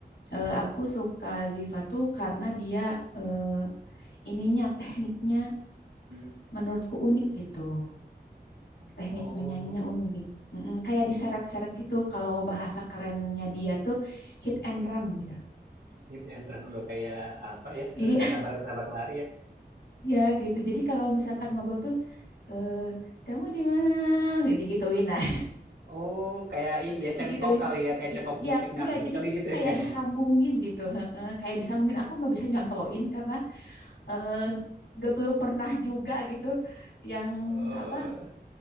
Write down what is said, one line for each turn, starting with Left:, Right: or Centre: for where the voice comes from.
Left: eh, aku suka Ziva tuh karena dia eh, ininya tekniknya
Right: Hmm.
Left: menurutku unik gitu.
Right: Oh.
Left: Teknik menyanyinya unik. mm kayak diseret-seret gitu kalau bahasa kerennya dia tuh hit and run gitu.
Right: Hit and run udah kayak apa ya?
Left: Iya,
Right: Udah kayak tabrak-tabrak lari ya.
Left: <laughs> ya gitu. Jadi kalau misalkan ngobrol tuh eh kamu di mana? digituin gituin nah,
Right: Oh, kayak ini
Left: <laughs>
Right: ya cengkok
Left: digituin.
Right: kali ya, kayak
Left: Y-
Right: cengkok musik
Left: ya
Right: dangdut
Left: enggak jadi
Right: kali gitu
Left: kayak
Right: ya enggak.
Left: disambungin
Right: ya? <laughs>
Left: gitu heeh. kayak disambungin aku nggak bisa nyontoin karena eh gak belum pernah juga gitu yang
Right: Oh,
Left: apa